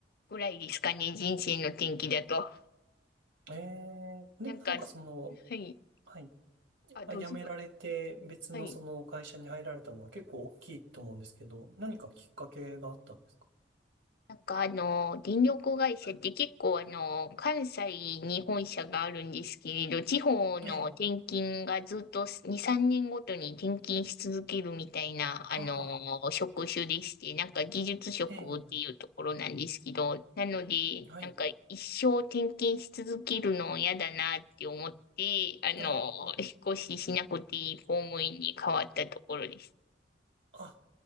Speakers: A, on the left (about 55°); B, on the right (about 85°).
A: ぐらいですかね、人生の転機だと。
B: えー、でもなんかその、
A: なんか、はい。
B: はい。
A: あ、
B: あ辞められて、
A: どうぞ。
B: 別のその会社に入られたのは結構大きいと思うんですけど、
A: はい。
B: 何かきっかけがあったんですか
A: なんかあの、電力会社って結構あの、
B: はい。
A: 関西に本社があるんですけれど、地方の転勤がずっと2、
B: ええ
A: 3年ごとに転勤し続けるみたいな、
B: ああ
A: あの、職種でして、なんか技術職っていうところなんですけど、
B: ー、え
A: なので、
B: えはい。
A: なんか一生転勤し続けるの嫌だなって思って、あの、
B: あー
A: 引っ越ししなくていい公務員に変わったところです。
B: あ、